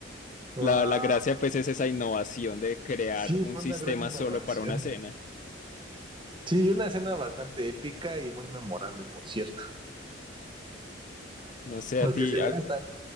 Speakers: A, on the right; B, on the left.
A: Wow.
B: La, la gracia pues es esa innovación de crear
A: Sí,
B: un
A: fue
B: sistema
A: una gran innovación.
B: solo para una escena.
A: Sí, una escena bastante épica y muy memorable, por cierto.
B: No sé,
A: Porque
B: a ti,
A: se
B: a,
A: ve hasta...